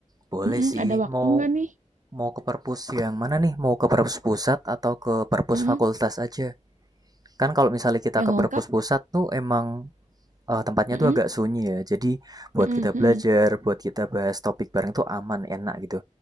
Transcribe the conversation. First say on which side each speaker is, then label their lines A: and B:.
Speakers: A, on the right; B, on the right.
A: Boleh
B: Mm-mm,
A: sih,
B: ada waktu
A: mau
B: nggak nih?
A: mau ke perpus yang mana nih? Mau ke perpus pusat atau ke perpus
B: Mm-mm,
A: fakultas aja? Kan kalau misalnya kita
B: yang
A: ke
B: lengkap?
A: perpus pusat tuh emang eh, tempatnya
B: Mm-mm,
A: tuh agak sunyi ya. Jadi buat
B: mm-mm,
A: kita
B: mm-mm,
A: belajar, buat kita bahas topik bareng tuh aman, enak gitu.